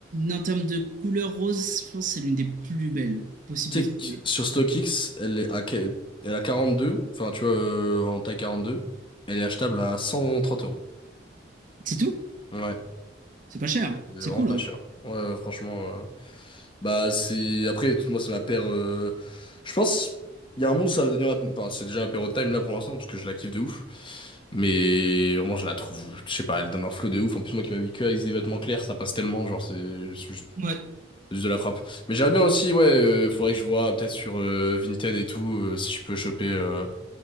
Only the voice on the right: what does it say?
en termes de couleur rose, je pense que c'est l'une des plus belles possibles
de
trouver.
C'est tout?
C'est pas cher.
C'est cool,
en
vrai.
Ouais.